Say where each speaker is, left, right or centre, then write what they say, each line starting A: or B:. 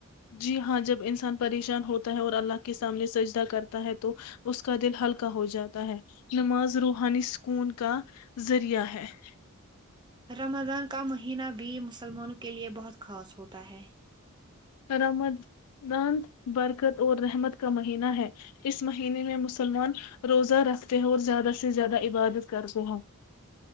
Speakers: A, on the left (about 80°); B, on the right (about 20°).
A: جی ہاں جب انسان پریشان ہوتا ہے اور اللہ کے سامنے سجدہ کرتا ہے تو اس کا دل ہلکا <unintelligible> ہو جاتا ہے نماز روحانی سکون کا <unintelligible> ذریعہ ہے <unintelligible>
B: رمضان کا مہینہ بھی مسلمانوں کے لیے بہت خاص ہوتا ہے <unintelligible>
A: رمان برکت اور رحمت کا مہینہ ہے اس مہینے میں مسلمان روزہ رکھتے ہیں اور زیادہ سے زیادہ <unintelligible> عبادت کر رہ ہیں